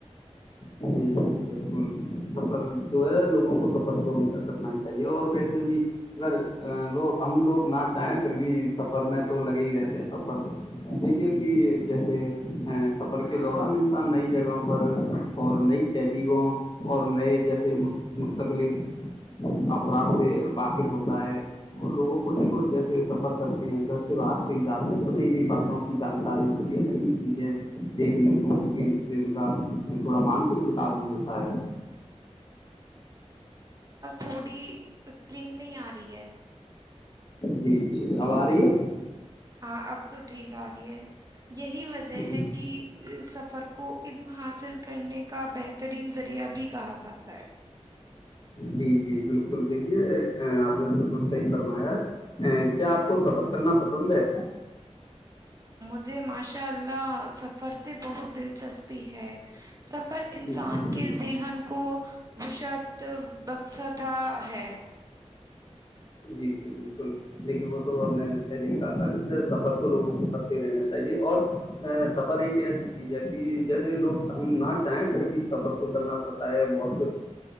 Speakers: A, on the left (about 40°); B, on the right (about 30°).
A: جی جی بالکل سفر جو ہے لوگوں کو سفر تو ہمیشہ کرنا ہی چاہیے اور ویسے بھی اگر لوگ ہم لوگ نہ چاہیں پھر بھی سفر میں تو لگے ہی رہتے ہیں سفر دیکھیے کہ جیسے سفر کے دوران انسان نئی جگہوں پر اور نئی تہذیبوں اور نئے جیسے مستقلک افراد سے واقف ہوتا ہے وہ لوگوں کو دیکھو جیسے سفر کرتے ہیں گھر سے باہر سے ہی جاتے ہیں تو نئی نئی باتوں کی جانکاری ہوتی ہے نئی نئی چیزیں دیکھنے کو ملتی ہیں جس سے ان کا تھوڑا مانسک وکاس بھی ہوتا ہے
B: پڑی ترین نہیں آ رہی ہے
A: جی جی اب آ رہی ہے
B: ہاں اب تو ٹھیک آ رہی ہے یہی وجہ
A: جی
B: ہے کہ سفر کو علم حاصل کرنے کا بہترین ذریعہ بھی کہا جاتا ہے
A: جی جی بالکل دیکھیے آپ نے بالکل صحیح فرمایا ہے کیا آپ کو سفر کرنا پسند ہے
B: مجے ماشاء اللہ سفر سے بہت دل دلچسپی ہے سفر انسان
A: جی
B: کے
A: جی
B: ذہن کو <unintelligible>
A: جی جی بالکل دیکھیے وہ تو اب میں نے پہلے ہی کہا تھا کہ سفر تو لوگوں کو کرتے رہنا چاہیے اور سفر ایک ایسی چیز ہے کہ جیسے لوگ ہم نہ چاہیں پھر بھی سفر تو کرنا پڑتا ہے بہت